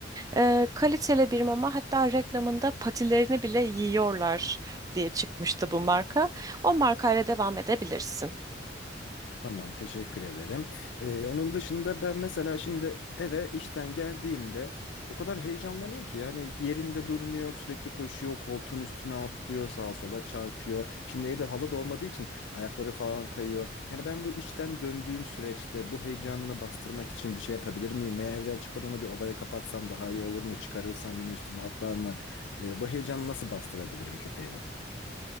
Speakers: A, on the right; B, on the left.
A: E, kaliteli bir mama hatta reklamında patilerini bile yiyorlar diye çıkmıştı bu marka. O markayla devam edebilirsin.
B: Tamam, teşekkür ederim. Ee, onun dışında ben mesela şimdi eve işten geldiğimde o kadar heyecanlanıyor ki yani yerinde durmuyor, sürekli koşuyor, koltuğun üstüne atlıyor, sağa sola çarpıyor. Şimdi evde halı da olmadığı için ayakları falan kayıyor. Yani ben bu işten döndüğüm süreçte bu heyecanını bastırmak için bir şey yapabilir miyim? Veya evden çıkmadan onu bir odaya kapatsam daha iyi olur mu? Çıkarırsam yine üstüme atlar mı? Ee, bu heyecanı nasıl bastırabilirim köpeğimin?